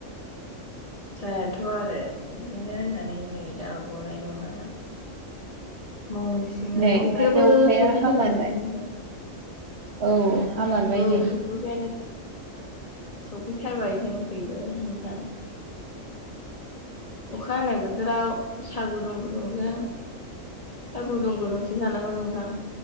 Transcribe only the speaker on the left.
जायाथ' आरो बिदिनो होननानै नै दा गनाय नंला ना। मावनांसिगोनानो
अखायाबो
सफैथारबाय
माथो नोंथां।
औ
सफैबायानो। सफैथारबाय जोंखैबो नोंथां। अखा हानाय बोथोराव सा गुदुं गुदुंजों फिथा गुदुं गुदुंसो जानांगौ नोंथां।